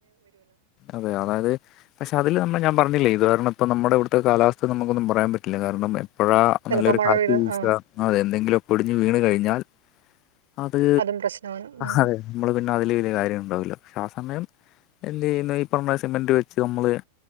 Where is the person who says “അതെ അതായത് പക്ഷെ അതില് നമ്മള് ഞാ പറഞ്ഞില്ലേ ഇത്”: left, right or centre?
Left